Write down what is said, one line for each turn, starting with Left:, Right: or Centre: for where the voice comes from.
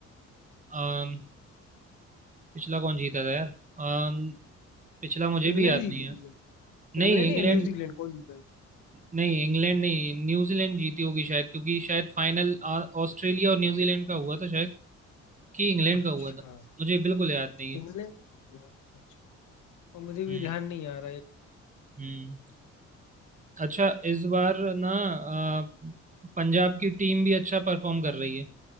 Right: अम, पिछला कौन जीता था यार अम, पिछला मुझे
Left: इंग्लैंड
Right: भी याद
Left: जीती
Right: नहीं
Left: थी
Right: है
Left: क्या?
Right: नहीं
Left: इंग्लैंड
Right: इंग्लैंड
Left: या न्यूजीलैंड कौन जीता
Right: नहीं इंग्लैंड नहीं न्यूजीलैंड जीती होगी शायद क्योंकि शायद फाइनल ऑस्ट्रेलिया और न्यूजीलैंड का हुआ था शायद कि इंग्लैंड
Left: था अच्छा
Right: का हुआ था मुझे बिल्कुल याद नहीं है
Left: इंग्लैंड अच्छा और मुझे भी
Right: हम्म
Left: ध्यान नहीं आ रहा है
Right: हम्म अच्छा इस बार ना अ, पंजाब की टीम भी अच्छा परफॉर्म कर रही है